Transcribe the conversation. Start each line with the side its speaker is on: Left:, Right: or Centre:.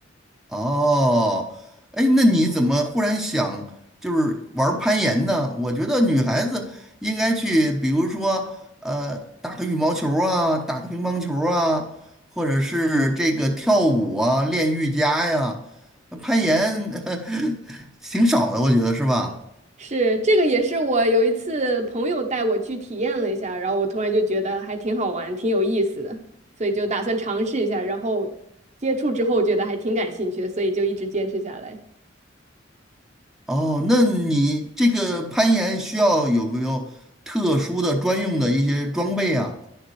Centre: 哦，哎，那你怎么忽然想就是玩儿攀岩呢？我觉得女孩子应该去，比如说呃，打个羽毛球儿啊，打个乒乓球儿啊，或者是这个跳舞啊，练瑜伽呀。呃攀岩 <laughs> 挺少的，我觉得是吧？
Right: 是，这个也是我有一次朋友带我去体验了一下，然后我突然就觉得还挺好玩，挺有意思的，所以就打算尝试一下，然后接触之后觉得还挺感兴趣的，所以就一直坚持下来。
Centre: 哦，那你这个攀岩需要有没有特殊的专用的一些装备啊？